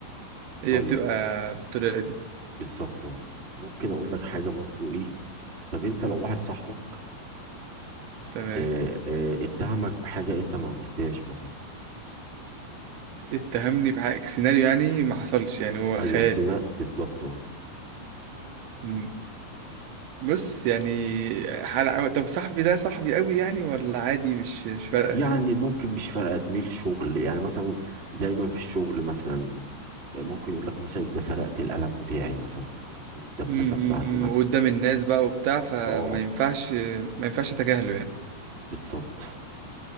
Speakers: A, on the right; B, on the right.
A: هي
B: طيب
A: بتبقى بالطريقه
B: بالظبط أهو. ممكن اقول لك حاجه برضو ايه
A: دي
B: طب انت لو واحد صاحبك
A: تمام
B: آه، آه، اتهمك بحاجه انت ما عملتهاش مثلا
A: اتهمني بحق سيناريو يعني ما حصلش يعني هو
B: ايوه
A: خيالي
B: سنة بالظبط اه
A: مم. بص يعني حلقة طب صاحبي ده صاحبي قوي يعني ولا عادي مش مش فارقة
B: يعني ممكن مش فارقه زميل شغل يعني مثلا دايما في الشغل مثلا ممكن يقول لك مثلا انت سرقت القلم بتاعي مثلا او او الدباسه
A: مم،
B: بتاعتي
A: مم،
B: مثلا
A: مم. وقدام الناس بقى وبتاع فما
B: اه
A: ينفعش ما ينفعش اتجاهله يعني
B: بالظبط